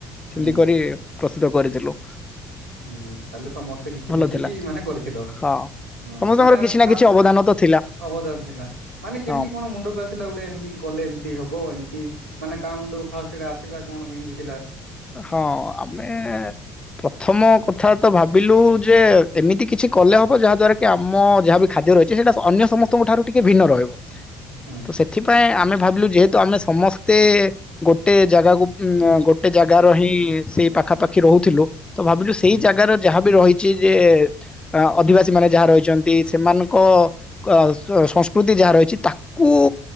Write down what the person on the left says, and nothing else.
ସେମିତି
କରି ପ୍ର ସ୍ତୁତ କରିଥିଲୁ।
ଭଲ
ଥିଲା
ହଁ।
ସମସ୍ତଙ୍କର
କିଛି ନା
କିଛି ଅବଦାନ ତ ଥିଲା
ହଁ
ହଁ ଆମେ ପ୍ରଥମ କଥା ତ ଭାବିଲୁ ଯେ ଏମିତି କିଛି କଲେ ହବ ଯାହା ଦ୍ଵାରା କି ଆମ ଯାହାବି ଖାଦ୍ୟ ରହିଛି ସେଇଟା ଅନ୍ୟ ସମ ସ୍ତଙ୍କ ଠାରୁ ଟିକେ ଭିନ୍ନ ରହିବ
ତ ସେଥିପାଇଁ ଆ ଆମେ ଭାବିଲୁ ଯେହେତୁ ଆମେ ସମସ୍ତେ ଗୋଟେ ଜାଗାକୁ ଉଁ ଗୋ ଟେ ଜାଗ ର ହିଁ ସେଇ ପାଖାପାଖି ରହୁଥିଲୁ ତ ଭାବିଲୁ ସେଇ
ଜାଗା ର ଯାହା ବି ରହିଛି ଯେ ଏଁ ଅଧିବାସୀ ମାନେ ଯାହା ରହିଛନ୍ତି। ସେମାନଙ୍କ ଅ ସଂସ୍କୃତି ଯାହା ରହିଛି। ତାକୁ